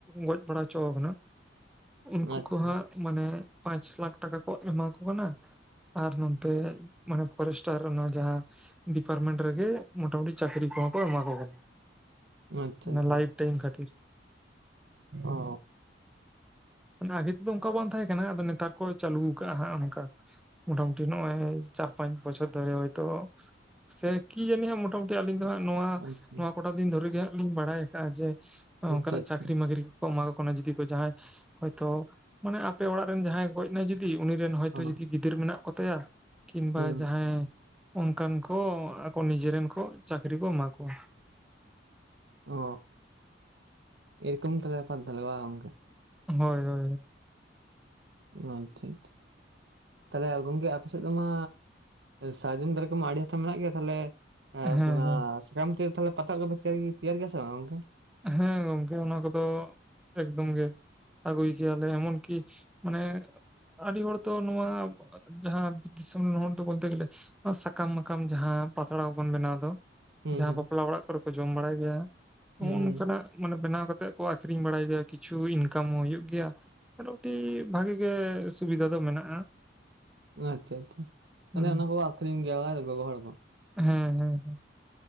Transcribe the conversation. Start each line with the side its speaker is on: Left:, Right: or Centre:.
Centre: ᱜᱚᱡ ᱵᱟᱲᱟ ᱦᱚᱪᱚ ᱠᱟᱱᱟ ᱩᱱᱠᱩ
Right: ᱟᱪᱪᱷᱟ
Centre: ᱠᱚ ᱦᱟᱸᱜᱼᱼ ᱢᱟᱱᱮ ᱯᱟᱸᱪ ᱞᱟᱠᱷ ᱴᱟᱠᱟ ᱠᱚ ᱮᱢᱟ ᱠᱚ ᱠᱟᱱᱟ, ᱟᱨ ᱱᱚᱛᱮ ᱢᱟᱱᱮ ᱯᱚᱨᱮᱥᱴᱟᱨ ᱚᱱᱟ ᱡᱟᱦᱟᱸᱼᱼ ᱰᱤᱯᱟᱨᱢᱮᱱᱴ ᱨᱮᱜᱮ ᱢᱳᱴᱟᱢᱩᱴᱤ ᱪᱟᱹᱠᱨᱤ ᱠᱚᱦᱚᱸ ᱠᱚ ᱮᱢᱟ ᱠᱚ ᱠᱟᱱᱟ᱾
Right: ᱟᱪᱪᱷᱟ
Centre: ᱚᱱᱟ
Right: ᱟᱪᱪᱷᱟ
Centre: ᱞᱟᱭᱤᱯᱷ ᱴᱟᱭᱤᱢ ᱠᱷᱟᱹᱛᱤᱨ
Right: ᱚᱻ
Centre: ᱟᱜᱮ ᱛᱮᱫᱚ ᱚᱱᱠᱟ ᱵᱟᱝ ᱛᱟᱦᱮᱸ ᱠᱟᱱᱟ ᱟᱫᱚ ᱱᱮᱛᱟᱨ ᱠᱚ ᱪᱟᱹᱞᱩ ᱟᱠᱟᱣᱟᱼᱦᱟᱸᱜ ᱚᱱᱠᱟ᱾ ᱢᱚᱴᱟ ᱢᱩᱴᱤ ᱱᱚᱜᱼᱚᱭ ᱪᱟᱨ ᱯᱟᱸᱪ ᱵᱚᱪᱪᱷᱚᱨ ᱫᱷᱚᱨᱮ ᱦᱚᱭᱛᱳ ᱥᱮ ᱠᱤ ᱡᱟᱹᱱᱤ ᱢᱚᱴᱟᱢᱩᱴᱤ ᱟᱹᱞᱤᱧ ᱫᱚ ᱦᱟᱸᱜ ᱱᱚᱣᱟ
Right: ᱟᱪᱪᱷᱟ
Centre: ᱱᱚᱣᱟ ᱠᱚᱴᱟ ᱫᱤᱱ ᱫᱷᱚᱨᱮ ᱜᱮ ᱦᱟᱸᱜ ᱞᱤᱧ ᱵᱟᱲᱟᱭ ᱟᱠᱟᱫᱼᱟ ᱡᱮ
Right: ᱟᱪᱪᱷᱟ
Centre: ᱚᱱᱠᱟᱱᱟᱜ
Right: ᱟᱪᱪᱷᱟ
Centre: ᱪᱟᱹᱠᱨᱤ ᱢᱟᱹᱠᱨᱤᱼᱼ ᱮᱢᱟ ᱠᱚ ᱠᱟᱱᱟ ᱡᱩᱫᱤ ᱠᱚ ᱡᱟᱦᱟᱸᱭ ᱦᱚᱭᱛ ᱢᱟᱱᱮ ᱟᱯᱮ ᱚᱲᱟᱜ ᱨᱮᱱ ᱡᱟᱦᱟᱸᱭ ᱜᱚᱡ ᱱᱟᱭ ᱡᱩᱫᱤᱼᱼ ᱡᱩᱫᱤ ᱩᱱᱤ ᱨᱮᱱ ᱦᱚᱭᱛ
Right: ᱚ
Centre: ᱡᱩᱫᱤ ᱜᱤᱫᱟᱹᱨ ᱢᱮᱱᱟᱜ ᱠᱚᱛᱟᱭᱟ ᱠᱤᱝᱵᱟ
Right: ᱦᱩᱸ
Centre: ᱡᱟᱦᱟᱸᱭᱼᱼ ᱚᱱᱠᱟᱱ ᱠᱚ ᱟᱠᱚ ᱱᱤᱡᱮᱨᱮᱱ ᱠᱚ ᱪᱟᱹᱠᱨᱤ ᱠᱚ ᱮᱢᱟ ᱠᱚᱣᱟ᱾
Right: ᱚ ᱤᱨᱚᱠᱚᱢ ᱛᱟᱦᱚᱞᱮ ᱵᱮᱯᱟᱨ ᱛᱟᱦᱚᱞᱮ ᱵᱟᱝ ᱜᱚᱝᱠᱮ
Centre: ᱦᱳᱭ ᱦᱳᱭ
Right: ᱟᱪᱪᱷᱟ ᱟᱪᱪᱷᱟ, ᱛᱟᱦᱞᱮ ᱜᱚᱝᱠᱮ ᱟᱯᱮ ᱥᱮᱫ ᱫᱚ ᱢᱟ ᱥᱟᱨᱡᱚᱢ ᱫᱟᱨᱮ ᱠᱚᱢᱟ ᱟᱹᱰᱤ ᱦᱟᱛᱟᱣ ᱢᱮᱱᱟᱜ ᱜᱮᱭᱟ ᱛᱟᱦᱞᱮᱼᱼ ᱟᱨ
Centre: ᱦᱮᱸ
Right: ᱥᱟ
Centre: ᱦᱮᱸ
Right: ᱥᱟᱠᱟᱢ ᱛᱮ ᱛᱟᱦᱚᱞᱮ ᱯᱟᱛᱲᱟ ᱠᱚᱯᱮ ᱛᱮᱭᱟᱨ ᱜᱮᱭᱟ ᱥᱮ ᱵᱟᱝ ᱜᱚᱝᱠᱮ
Centre: ᱦᱮᱸ ᱜᱚᱝᱠᱮ ᱚᱱᱟ ᱠᱚᱫᱚ ᱮᱠᱫᱚᱢ ᱜᱮ, ᱟᱹᱜᱩᱭ ᱜᱮᱭᱟᱞᱮ ᱮᱢᱟᱱ ᱠᱤ ᱢᱟᱱᱮ ᱟᱹᱰᱤ ᱦᱚᱲᱛᱚ ᱱᱚᱣᱟᱼᱼ ᱡᱟᱦᱟᱸ ᱵᱤᱨ ᱫᱤᱥᱚᱢ ᱨᱮᱱ ᱦᱚᱲ ᱫᱚ ᱵᱚᱞᱛᱮ ᱜᱮᱞᱮ ᱥᱟᱠᱟᱢ ᱢᱟᱠᱟᱢ ᱡᱟᱦᱟᱸ ᱯᱟᱛᱲᱟ ᱠᱚᱵᱚᱱ ᱵᱮᱱᱟᱣ ᱫᱚ,
Right: ᱦᱩᱸ
Centre: ᱡᱟᱦᱟᱸ
Right: ᱦᱩᱸ
Centre: ᱵᱟᱯᱞᱟ ᱚᱲᱟᱜ ᱠᱚᱨᱮ ᱠᱚ ᱡᱚᱢ ᱵᱟᱲᱟᱭ ᱜᱮᱭᱟ᱾ ᱱᱚᱝᱠᱟᱱᱟᱜ
Right: ᱦᱩᱸ
Centre: ᱢᱟᱱᱮ ᱵᱮᱱᱟᱣ ᱠᱟᱛᱮᱜ ᱠᱚ ᱟᱠᱷᱨᱤᱧ ᱵᱟᱲᱟᱭ ᱜᱮᱭᱟ ᱠᱤᱪᱷᱩ ᱤᱱᱠᱟᱢ ᱦᱚᱸ ᱦᱩᱭᱩᱜ ᱜᱮᱭᱟ᱾ ᱨᱩᱴᱤ ᱵᱷᱟᱜᱤ ᱜᱮ ᱥᱩᱵᱤᱫᱷᱟ ᱫᱚ ᱢᱮᱱᱟᱜᱼᱟ᱾
Right: ᱟᱪᱪᱷᱟ ᱟᱪᱪᱷᱟ ᱢᱟᱱᱮ
Centre: ᱦᱩᱸ
Right: ᱚᱱᱟ ᱠᱚ ᱟᱠᱷᱨᱤᱧ ᱜᱮᱭᱟ ᱜᱚᱜᱚ ᱦᱚᱲ ᱠᱚ᱾
Centre: ᱦᱮᱸ, ᱦᱮᱸ ᱦᱮᱸ᱾